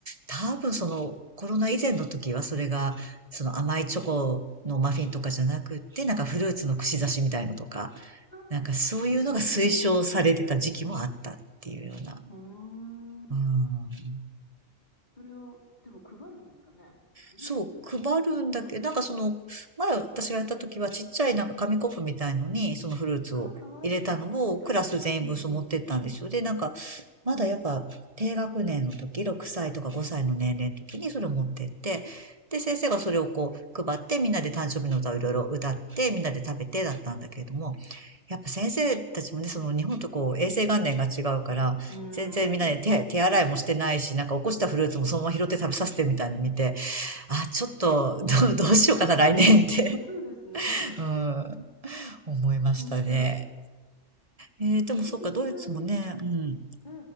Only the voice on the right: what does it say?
多分その、コロナ以前の時はそれが、その甘いチョコのマフィンとかじゃなくって、なんかフルーツの串刺しみたいのとか、
なんかそういうのが推奨されてた時期もあったっていうような。
うん。
そう、配るんだけど、
なんかその、前私がやった時はちっちゃいなんか紙コップみたいのに、そのフルーツを入れたのをクラス全員分そう持ってったんですよ。
で、なんか、まだやっぱ低学年の時、6歳とか5歳の年齢の時にそれを持ってって、で、先生がそれをこう配ってみんなで誕生日の歌をいろいろ歌ってみんなで食べてだったんだけれども、やっぱ先生たちもね、その日本とこう衛生観念が違うから、
全然みんなで手、
手洗いもしてないし、なんか起こしたフルーツもそのまま拾って食べさせてみたいなの見て、あ、ちょっと、<laughs> どう、どうしようかな、
来年って
<laughs>
うん、思いましたね。
えー、でもそっか、
ドイツもね、うん、